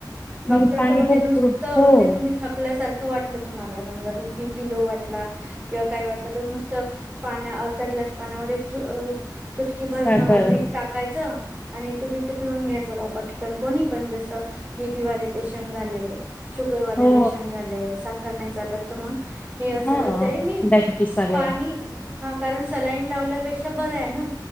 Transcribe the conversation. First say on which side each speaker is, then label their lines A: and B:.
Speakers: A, on the right; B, on the left.
A: डॉक्टर
B: म्हणजे पाणी
A: तर म्हणे
B: भरपूर
A: नुसत म्हजे
B: हो
A: तुम्ही थकल्यासारखं... वाटलं तुम्हाला, समजा बीपी लो वाटला किंवा काय वाटला तर नुसत पाण्या.. एक ग्लास पाण्यामध्ये चू टकी
B: साखर
A: भरू मीठ टाकायचं आणि तुम्ही ते.. पिऊन घ्यायचं बा पटकन कोणी पण जसं बीपी वाले पेशंट झाले... शुगरवाले
B: हो
A: पेशंट झाले साखर नाही चालत तर मग हे अस
B: हा
A: यांनी
B: डायबिटीस आले
A: पाणी हा कारण सलाईन लावल्यापेक्षा... बरं आहे ना